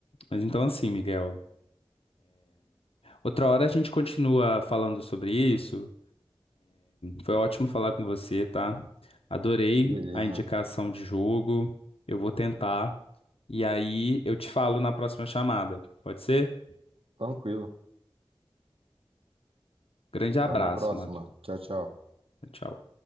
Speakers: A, on the left; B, on the right.
A: mas então, assim, Miguel, outra hora a gente continua falando sobre isso, Foi ótimo falar com você, tá? Adorei
B: Beleza.
A: a indicação de jogo. Eu vou tentar. E aí eu te falo na próxima chamada. Pode ser?
B: Tranquilo.
A: Grande abraço,
B: Até uma próxima.
A: Matheus.
B: Tchau, tchau.
A: Tchau.